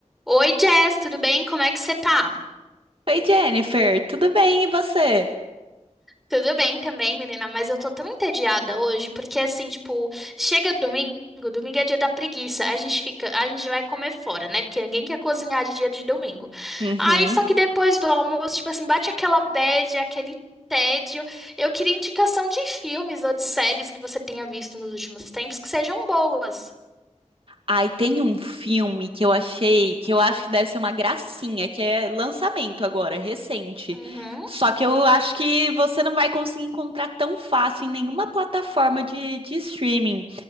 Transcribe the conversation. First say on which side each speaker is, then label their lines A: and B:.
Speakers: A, in the centre; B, on the right.
A: Oi, Jess, tudo bem? Como é que você tá?
B: Oi, Jennifer, tudo bem? E você?
A: Tudo bem também, menina, mas eu tô tão entediada hoje, porque assim, tipo, chega domingo, domingo é dia da preguiça, a gente fica, a gente vai comer fora, né? Porque ninguém quer cozinhar de dia de domingo.
B: Uhum.
A: Aí, só que depois do almoço, tipo assim, bate aquela bad, aquele tédio. Eu queria indicação de filmes ou de séries que você tenha visto nos últimos tempos que sejam boas.
B: Ai, tem um filme que eu achei, que eu acho que deve ser uma gracinha, que é lançamento agora, recente.
A: Uhum,
B: Só que eu acho que você não vai conseguir encontrar tão fácil em nenhuma plataforma de, de streaming,